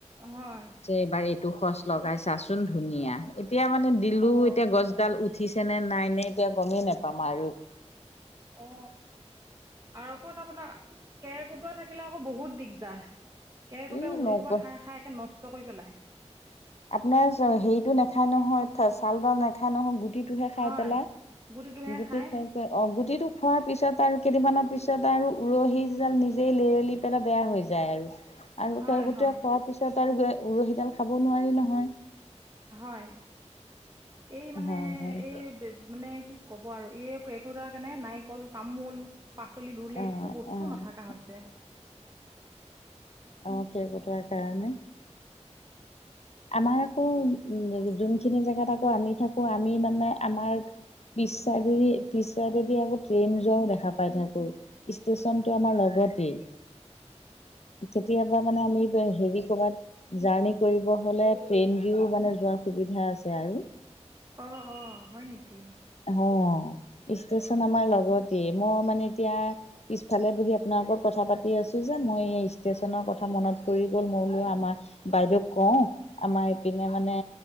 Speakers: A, on the right; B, on the left.
A: হয়।
B: এবাৰ এইটো খচ লগাইছাচোন ধুনীয়া এতিয়া মানে দিলোঁ
A: অ'
B: এতিয়া গছডাল উঠিছেনে নাই নে এতিয়া গমেই নাপায়। আমাৰো।
A: অ, আৰু ক'ত আপোনাক কেৰ-কুটুৱা থাকিলে আকৌ বহুত দিগদাৰ কেৰকুটোৱা
B: এই
A: ৰুইি
B: নগ
A: কোব খাই, খাই একে নষ্ট কৰি পেলায়।
B: আপোনাৰ হেৰিতটো নেখায় নহয়, চালডাল নেখায় নহয় গুটিত টোহে খাই
A: হয়
B: পেলাই,
A: গুটিটোহে
B: গুটি
A: খায়
B: খাই গুটিটো খোৱাৰ পিছত আৰু কেইদিনমানৰ পিছত আৰু উৰহিডাল নিজেই লেৰেলি পেলাই বেয়া হৈ যায় আৰু,
A: হয়
B: কেৰকুটোৱাই
A: হয়
B: খোৱাৰ পিছত আৰু উৰহিডাল খাব নোৱাৰি নহয়।
A: হয়, এই মানে
B: হয় হয়
A: এই মানে কি ক'ব আৰু এই কেৰকুটুৱা কাৰণে নাৰিকল তামোল পাচলি ৰুলে
B: অ
A: একো বস্তু
B: অ
A: নাথকা হৈছে।
B: অ, কেৰকুটুৱাৰ কাৰণে। আমাৰ আকৌ উ, যোনখিনি জেগাত আকৌ আমি থাকো আমি মানে আমাৰ পিছ, পিছাৰেদি আকৌ ট্ৰেইন যোৱাও দেখা পাই থাকো। ষ্টেচনটো আমাৰ লগতে। কেতিয়াবা মানে আমি হেৰি কৰবাত জাৰ্ণি কৰিব। নহ'লে ট্ৰেইন দিওঁ মানে যোৱাৰ সুবিধা আছে আৰু।
A: অ, অ, হয় নেকি।
B: অ, ষ্টেচন আমাৰ লগতে মই মানে এতিয়া। পিছফালে বহি আপোনাৰ লগত কথা পাতি আছো যে, মই এই ষ্টেচনৰ কথা মনত পৰি গ'ল মই বোলো আমাৰ বাইদেউ কওঁ। আমাৰ ইপিনে মানে